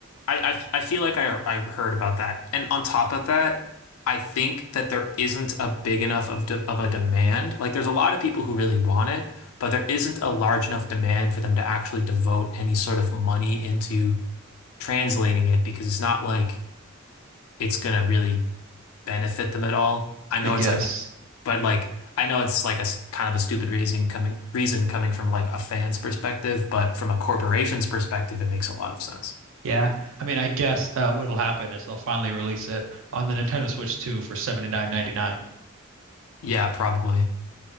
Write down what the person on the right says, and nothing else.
I guess.
Yeah. I mean, I guess uh, what'll happen is they'll finally release it on the Nintendo Switch 2 for 79.99.